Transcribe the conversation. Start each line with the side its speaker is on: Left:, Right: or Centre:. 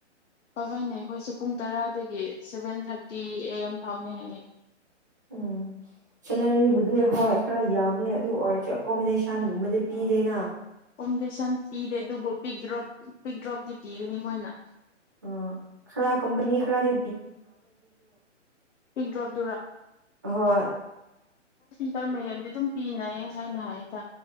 Left: ꯄꯥꯕꯩꯅꯦ ꯑꯩꯈꯣꯏꯁꯨ ꯄꯨꯡ ꯇꯔꯥꯗꯒꯤ ꯁꯚꯦꯟ ꯊꯥꯔꯇꯤ ꯑꯦ ꯑꯦꯝ ꯐꯥꯎꯅꯦ ꯍꯥꯏꯅꯩ
Right: ꯎꯝ ꯁꯦꯂꯥꯔꯤꯕꯨ ꯍꯣꯏ ꯈꯔ ꯌꯥꯝꯃꯦ ꯑꯗꯨ ꯑꯣꯏ ꯑꯦꯀꯣꯃꯤꯗꯦꯁꯟꯒꯨꯝꯕꯗ ꯄꯤꯗꯦꯅ
Left: ꯀꯣꯃꯣꯗꯦꯁꯟ ꯄꯤꯗꯦ ꯑꯗꯨꯕꯨ ꯄꯤꯛ ꯗ꯭ꯔꯣꯞ ꯄꯤꯛ ꯗ꯭ꯔꯣꯞꯇꯤ ꯄꯤꯒꯅꯤ ꯃꯣꯏꯅ
Right: ꯑ ꯈꯔꯥ ꯀꯝꯄꯅꯤ ꯈꯔꯥꯗꯤ
Left: <unintelligible>
Right: ꯍꯣꯏ
Left: ꯇꯔ ꯃꯌꯥꯝꯗꯤ ꯑꯗꯨꯝ ꯄꯤꯅꯩ ꯍꯥꯏꯅ ꯍꯥꯏꯗ